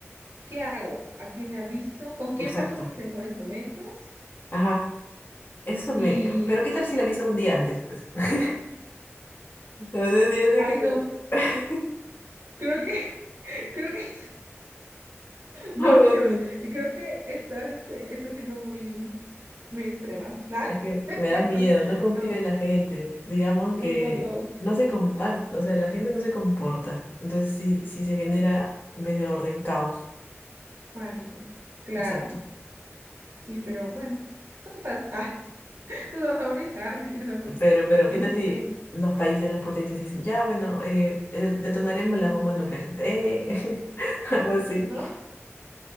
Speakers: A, on the right; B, on the left.
A: ¿qué hago? ¿A quién le aviso? ¿Con quién
B: Exacto.
A: paso mis mejores momentos?
B: Ajá. Eso me.
A: Y,
B: Pero qué tal si la avisa un día antes, pues. <laughs> No sé si hace
A: ay,
B: que.
A: no,
B: <laughs>
A: creo que, <laughs> creo que, no,
B: Algo
A: Fior,
B: así.
A: creo que estás, este, estás siendo muy, muy extrema. <laughs>
B: Es que
A: No, no
B: me
A: es cierto.
B: da miedo, no confío
A: No.
B: en la gente. Digamos
A: Me
B: que
A: encantó.
B: no se comparte, o sea, la gente no se comporta. Entonces, si, si se genera, en vez de orden, caos.
A: Pánico. Claro.
B: Exacto.
A: Sí, pero bueno. Total. Ah, <laughs> nos vamos a morir. Ah, sí, tienes razón.
B: Pero, pero,
A: No
B: ¿qué tal
A: sé.
B: si los países, las potencias dicen, ya, bueno, eh, eh, detonaremos las bombas nucleares? Eh, <laughs> algo así.
A: No,